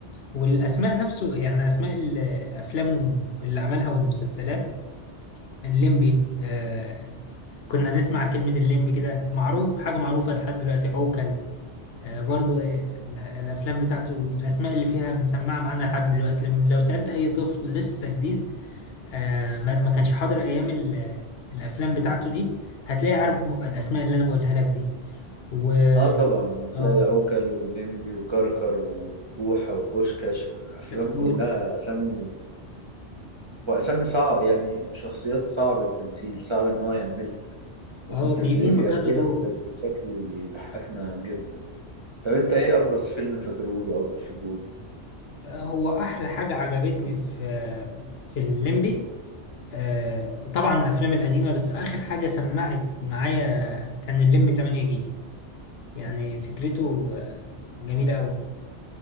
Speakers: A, on the left; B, on the right.
A: والاسماء نفسه يعني اسماء ال- الافلام اللي عملها والمسلسلات الليمبي آه كنا نسمع كلمة الليمبي كده معروف حاجة معروفة لحد دلوقتي عوكل آه، برضو إيه، ال- الافلام بتاعته الاسماء اللي فيها مسمعه معانا لحد دلوقتي لما لو سالت اي طفل لسه جديد آه، ما ما كانش حاضر ايام ال- الافلام بتاعته دي هتلاقي عارف الاسماء اللي انا بقولها لك دي و
B: اه طبعا هتلاقي
A: اه
B: عوكل واللمبي وكركر وبوحة وبوشكاش أفلام
A: كتكوت
B: كلها أسامي وأسامي صعب يعني شخصيات صعب التمثيل صعب إن هو يعملها وكنت
A: اه بيقوم
B: بتلاقيه بيأديها
A: بكذا دور
B: بشكل يضحكنا جدا طب أنت إيه أبرز فيلم فاكرهوله أو بتحبه
A: آه، هو احلى حاجه عجبتني في في الليمبي آه، طبعا الافلام القديمه بس اخر حاجه سمعت معايا كان الليمبي 8 جيجا يعني فكرته آه، جميله